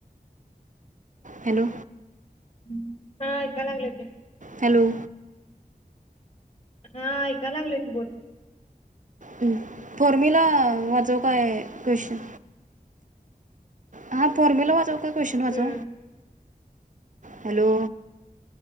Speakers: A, on the right; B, on the left.
A: हॅलो
B: हम्म हम हा ऐका लागले की.
A: हॅलो
B: हा ऐका लागली कि तू बोल.
A: हम्म फॉर्मिला वाजऊ काय क्वेशन? हा फॉर्मिला वाचू का? क्वेशन वाचू?
B: हम्म
A: हॅलो